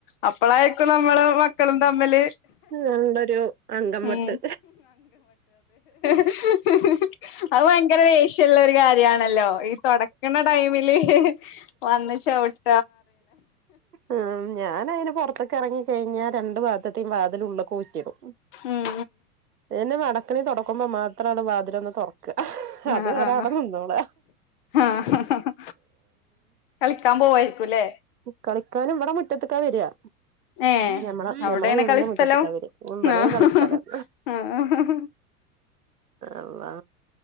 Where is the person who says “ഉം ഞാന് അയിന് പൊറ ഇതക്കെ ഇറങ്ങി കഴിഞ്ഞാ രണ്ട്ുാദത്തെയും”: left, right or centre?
Right